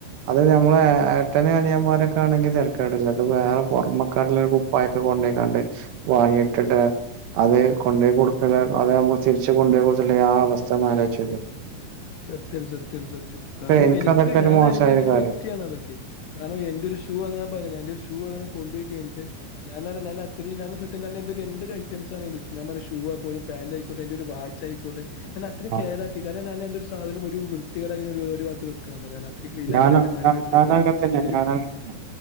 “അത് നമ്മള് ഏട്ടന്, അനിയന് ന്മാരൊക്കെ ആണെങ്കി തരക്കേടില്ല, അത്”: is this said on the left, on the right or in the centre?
Right